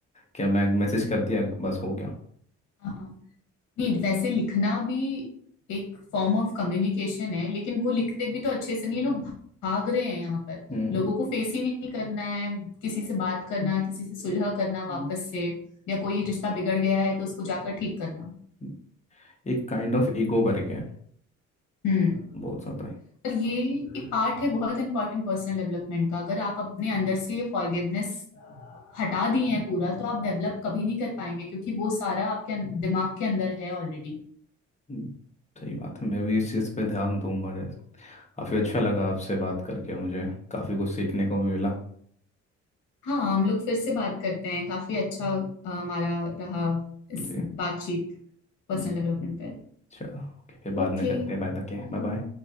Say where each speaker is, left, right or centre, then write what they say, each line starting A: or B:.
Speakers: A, on the left; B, on the left.
A: कि मैं मैसेज कर दिया बस हो गया
B: हाँ हाँ। नहीं वैसे लिखना भी एक फॉर्म ऑफ कम्युनिकेशन है लेकिन वो लिखते भी तो अच्छे से नहीं लोग भाग रहे हैं यहाँ पर
A: हम्म,
B: लोगों को फेस ही नहीं करना है किसी से बात करना
A: हम्म,
B: किसी से सुलह करना वापस
A: हम्म,
B: से या कोई रिश्ता बिगड़ गया है तो उसको जाकर ठीक करना
A: हम्म। एक काइंड ऑफ ईगो भर गया है,
B: हम्म
A: बहुत ज़्यादा ही।
B: पर ये एक पार्ट है बहुत इंपॉर्टेंट पर्सनल डेवलपमेंट का अगर आप अपने अंदर से ये फॉरगिवनेस हटा दिए हैं पूरा तो आप डेवलप कभी नहीं कर पाएंगे क्योंकि वो सारा आपके अं- दिमाग के अंदर है ऑलरेडी
A: हम्म, सही बात है मैं भी इस चीज़ पे ध्यान दूंगा जैसे काफ़ी अच्छा लगा आपसे बात करके मुझे काफ़ी कुछ सीखने को भी मिला
B: हाँ हम लोग फिर से बात करते हैं काफी अच्छा अ, हमारा रहा इस
A: जी
B: बातचीत पर्सनल
A: हम्म।
B: डेवलपमेंट पर
A: चलो ओके फिर बाद
B: Okay
A: में करते हैं बात Okay
B: bye.
A: bye bye